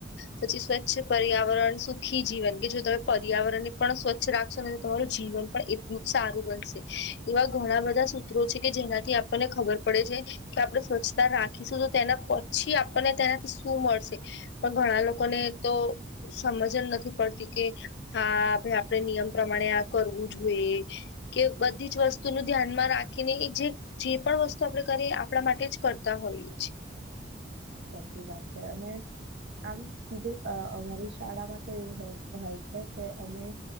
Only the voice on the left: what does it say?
પછી સ્વચ્છ પર્યાવરણ સુખી જીવન કે જો તમે પર્યાવરણને પણ સ્વચ્છ રાખશો ને તો તમારું જીવન પણ એટલું જ સારું બનશે એવા ઘણા બધા સૂત્રો છે કે જેનાથી આપણને ખબર ડે છે કે આપણે સ્વચ્છતા રાખીશું તો તેના પછી આપણને તેનાથી શું મળશે પણ ઘણા લોકોને તો સમજ જ નથી પડતી કે હા ભાઈ આપણેે નિયમ પ્રમાણે આ કરવું જોઈએ કે બધી જ વસ્તુ નું ધ્યાનમાં રાખીને એ જે જે પણ વસ્તુ આપડે કારિયે આપણા માટે જ કરતા હોઈએએ